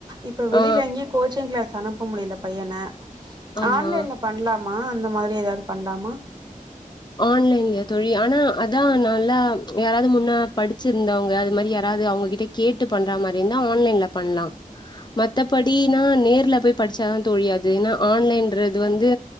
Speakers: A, on the right; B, on the left.
A: இப்ப வெளில
B: ஆ
A: எங்கேயி கோச்சிங் கிளாஸ் அனுப்ப முடியல பையன
B: ஆமா
A: ஆன்லைன்ல பண்லாமா அந்த மாரி ஏதாவது பண்லாமா
B: ஆன்லைன்லையா தோழி ஆனா அதா நல்லா யாராது முன்ன படிச்சிருந்தவங்க அது மாரி யாராது அவுங்ககிட்ட கேட்டு பண்ற மாரி இருந்தா ஆன்லைன்ல பண்லா மத்தபடினா நேர்ல போய் படிச்சாதா தோழி அது எனா ஆன்லைன்றது வந்து